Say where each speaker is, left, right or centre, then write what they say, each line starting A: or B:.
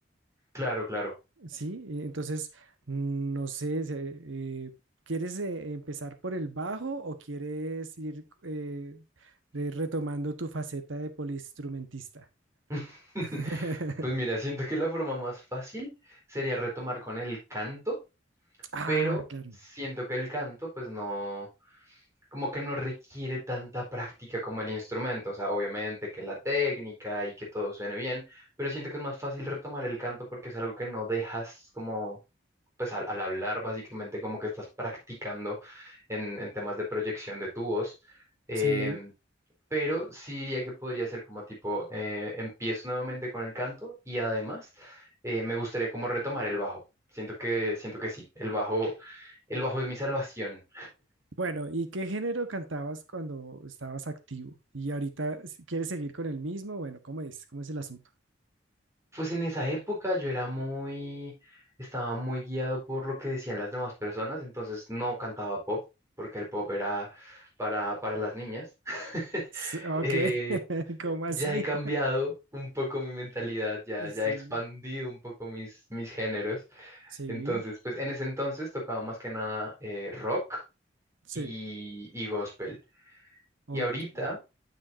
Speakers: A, on the right; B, on the right.
A: Claro, claro.
B: Sí, eh, entonces, mm, no sé, se- eh, ¿quieres eh, empezar por el bajo o quieres ir eh, re- retomando tu faceta de poliinstrumentista?
A: <laughs>
B: <laughs>
A: Pues mira, siento que la forma más fácil sería retomar con el canto.
B: Ah,
A: pero
B: claro.
A: siento que el canto, pues no, como que no requiere tanta práctica como el instrumento, o sea, obviamente que la técnica y que todo suene bien, pero siento que es más fácil retomar el canto porque es algo que no dejas como, pues al, al hablar básicamente como que estás practicando en, en temas de proyección de tu voz. Em,
B: Sí.
A: pero sí diría que podría ser como tipo, eh, empiezo nuevamente con el canto y además eh, me gustaría como retomar el bajo. Siento que, siento que sí, el bajo, el bajo es mi salvación.
B: Bueno, ¿y qué género cantabas cuando estabas activo? ¿Y ahorita s- quieres seguir con el mismo? Bueno, ¿cómo es? ¿Cómo es el asunto?
A: Pues en esa época yo era muy, estaba muy guiado por lo que decían las demás personas, entonces no cantaba pop, porque el pop era para, para las niñas. <laughs>
B: Sí, Ok,
A: Eh,
B: <laughs> ¿cómo así?
A: ya he cambiado un poco mi mentalidad, ya, ya
B: Sí,
A: he expandido un poco mis, mis géneros.
B: sí,
A: Entonces, pues en ese entonces tocaba más que nada eh, rock
B: sí.
A: y, y gospel.
B: Ok,
A: Y ahorita